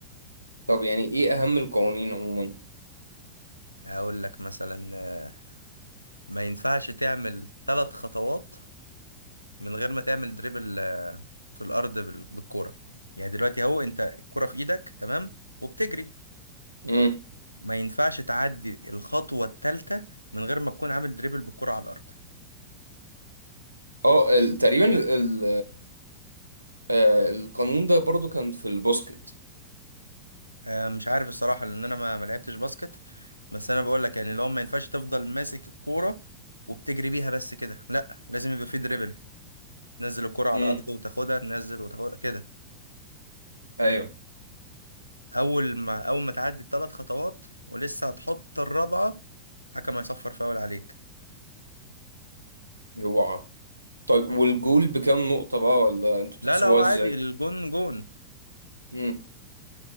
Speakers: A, on the right; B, on the left.
A: طب يعني ايه اهم القوانين عموما
B: اقول لك مثلا آه، ما ينفعش تعمل ثلاث خطوات من غير ما تعمل دريبل آه، في الارض بال- بالكورة يعني دلوقتي اهو انت الكرة في ايدك تمام وبتجري
A: امم
B: ما ينفعش تعدي الخطوة الثالثة من غير ما تكون عامل دريبل بالكرة على الأرض
A: اه ال- تقريبا ال ال آه، القانون ده برضو كان في البوسكت
B: آه، مش عارف الصراحة لأن أنا ما ما لعبتش باسكت بس أنا بقول لك يعني لو ما ينفعش تفضل ماسك الكورة وبتجري بيها بس كده لا لازم يبقى في دريبل تنزل الكرة على
A: امم
B: الأرض وتاخدها تنزل وتاخدها كده
A: ايوه
B: أول ما أول ما تعدي الثلاث خطوات ولسه هتحط الرابعة الحكم هيصفر فاول عليك
A: هو طيب والجول بكام نقطة بقى ولا انتوا بتحسبوها
B: لا لا هو عادي
A: ازاي
B: الجون جون
A: امم